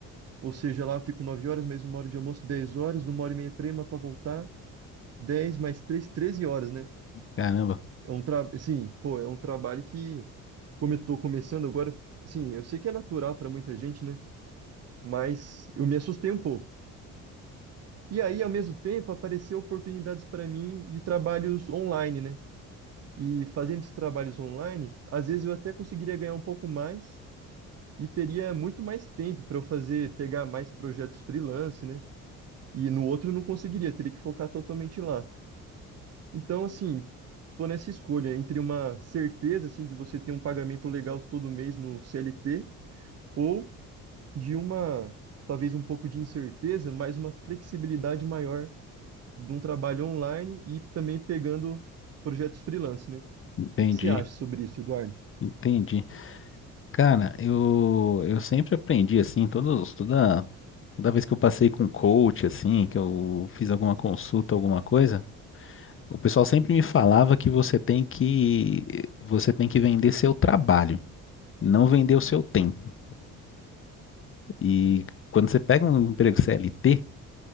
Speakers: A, on the right; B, on the left.
A: Ou seja, lá eu fico nove horas, mais uma hora de almoço, dez horas, uma hora e meia prima para voltar, dez mais três, treze horas, né?
B: Caramba,
A: É um tra... assim, pô, é um trabalho que, como eu tô começando agora, assim, eu sei que é natural para muita gente, né? Mas eu me assustei um pouco. E aí, ao mesmo tempo, apareceram oportunidades para mim de trabalhos online, né? E fazendo esses trabalhos online, às vezes eu até conseguiria ganhar um pouco mais e teria muito mais tempo para eu fazer, pegar mais projetos freelance, né? E no outro eu não conseguiria, teria que focar totalmente lá. Então, assim, tô nessa escolha entre uma certeza, assim, de você ter um pagamento legal todo mês no CLT ou de uma, talvez um pouco de incerteza, mas uma flexibilidade maior de um trabalho online e também pegando projetos freelance, né? O
B: entendi,
A: que que você acha sobre isso, Eduardo?
B: entendi. Cara, eu, eu sempre aprendi assim, todos, toda, toda vez que eu passei com coach, assim, que eu fiz alguma consulta, alguma coisa. O pessoal sempre me falava que você tem que você tem que vender seu trabalho, não vender o seu tempo. E quando você pega um emprego CLT,